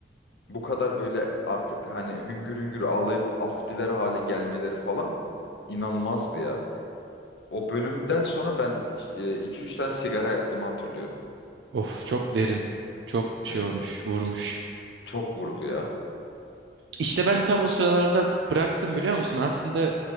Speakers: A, on the left (about 75°); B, on the right (about 80°).
A: bu kadar böyle artık hani hüngür hüngür ağlayıp af diler hale gelmeleri falan inanılmazdı ya. O bölümden sonra ben iki üç tane sigara yaktığımı hatırlıyorum.
B: Of çok derin. Çok şey
A: Evet.
B: olmuş, vurmuş.
A: Çok vurdu ya.
B: İşte ben tam o sıralarda bıraktım biliyor musun? Aslında